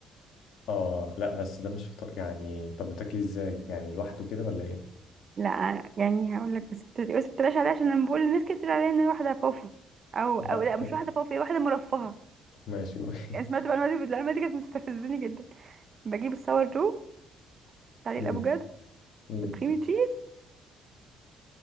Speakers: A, on the left (about 70°); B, on the right (about 35°).
A: اه لا بس ده مش فطار يعني طب بتاكلي ازاي يعني لوحده كده ولا ايه
B: لا يعني هقول لك بس بت- بس ما تقلقش عليا عشان لما بقول للناس كده بتقول عليا ان انا واحده فوفي او
A: لا
B: او لا مش
A: م-
B: واحده فوفي واحده مرفهه
A: ماشي قولي. <laughs>
B: يعني سمعت المعلومه دي المعلومه دي كانت مستفزني جدا بجيب الساور دو عليه
A: مم.
B: الافوكادو
A: مم.
B: والكريم تشيز